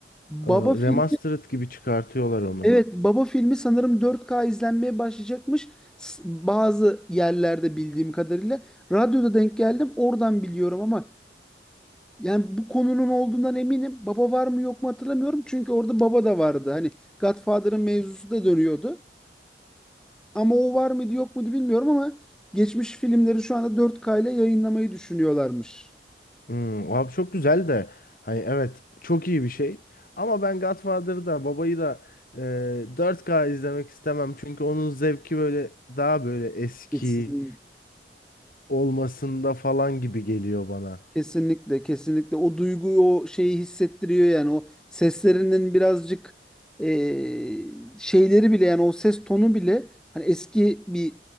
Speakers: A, in the centre; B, on the left.
A: Baba
B: Ee, Remastered
A: film
B: gibi çıkartıyorlar onu.
A: Evet, Baba filmi sanırım 4K izlenmeye başlayacakmış. S- Bazı yerlerde bildiğim kadarıyla. Radyoda denk geldim, oradan biliyorum ama yani bu konunun olduğundan eminim. Baba var mı yok mu hatırlamıyorum. Çünkü orada baba da vardı. Hani Godfather'ın mevzusu da dönüyordu. Ama o var mıydı yok muydu bilmiyorum ama geçmiş filmleri şu anda 4K ile yayınlamayı düşünüyorlarmış.
B: Hmm, abi çok güzel de hani evet çok iyi bir şey ama ben Godfather'ı da babayı da e, 4K izlemek istemem çünkü onun zevki böyle daha böyle eski
A: Kesin.
B: olmasında falan gibi geliyor bana.
A: Kesinlikle, kesinlikle o duyguyu, o şeyi hissettiriyor yani o seslerinin birazcık eee, şeyleri bile yani o ses tonu bile hani eski bir